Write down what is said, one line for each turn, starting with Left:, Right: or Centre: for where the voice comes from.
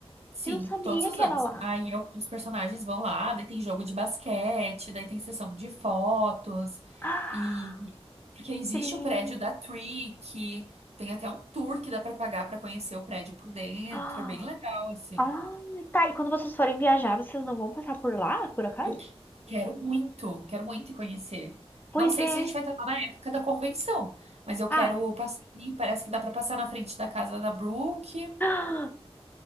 Right: Sim,
Left: Eu não sabia
Right: todos os
Left: que
Right: anos.
Left: era lá.
Right: Aí eu- os personagens vão lá, daí tem jogo de basquete, daí tem sessão de fotos,
Left: Ah!
Right: e porque existe
Left: Tri.
Right: o prédio da Tree, que tem até um tour que dá pra pagar pra conhecer o prédio por dentro,
Left: Ah,
Right: é bem legal, assim.
Left: ah, tá. E quando vocês forem viajar, vocês não vão passar por lá, por acaso?
Right: Eu que- quero muito, quero muito ir conhecer.
Left: Pois
Right: Não sei
Left: é.
Right: se a gente vai estar lá na época da convenção, mas eu quero
Left: Ah.
Right: passar ali. Parece que dá para passar na frente da casa da Brooke,
Left: <gasps> Ah,